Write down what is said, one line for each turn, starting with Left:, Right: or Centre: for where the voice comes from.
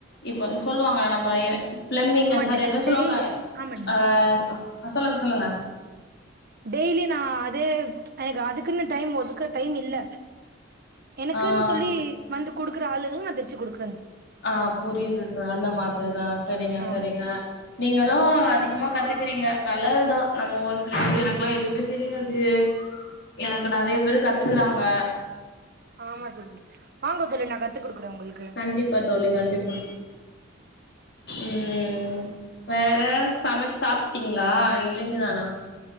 Left: இப்ப சொல்லுவாங்க நம்மள எ பிளம்பிங்கா
Right: ஆமா
Left: சாரி
Right: டெ
Left: என்ன சொல்லுவாங்க
Right: டெய் ஆமா
Left: அ சொல்லுங்க சொல்லுங்க
Right: டெய்லியு நா அது எனக்கு அதுக்குன்னு டைம் ஒதுக்க டைம் இல்ல எனக்குன்
Left: ஆ
Right: சொல்லி வந்து குடுக்குற ஆளுகளுக்கு நா தெச்சி குடுக்குற தோழி
Left: அ புரிதுகா அந்த மாதிரிதா செரிங்க
Right: ஆமா
Left: செரிங்க நீங்களு அதிகமா கத்துக்குறீங்க நல்லதுதா நம்ம ஒரு சில பேர் எனக்குல்லா எதுமே தெரியாது எனக்கு நெறைய பேரு கத்துக்குறாங்க
Right: ஆமா தோழி வாங்க தோழி நா கத்து குடுக்குறே உங்களுக்கு
Left: கண்டிப்பா தோழி கண்டிப்பா ம் வேற சமச் சாப்புட்டீங் ங்களா இல்ல இனிதானா